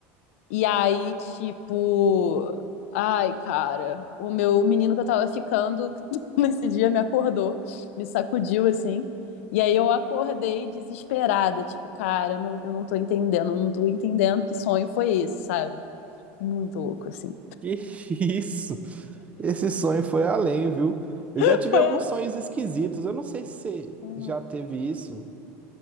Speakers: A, on the left (about 80°); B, on the right (about 20°).
A: E aí, tipo. Ai, cara, o meu menino que eu tava ficando <laughs> nesse dia me acordou, me sacudiu assim. E aí eu acordei desesperada, tipo, cara, eu não, eu não tô entendendo, eu não tô entendendo que sonho foi esse, sabe? Muito louco, assim.
B: Que isso? Esse sonho foi além, viu? Eu
A: <laughs>
B: já tive
A: Foi
B: alguns sonhos esquisitos. Eu não sei se você
A: alerta.
B: já teve isso.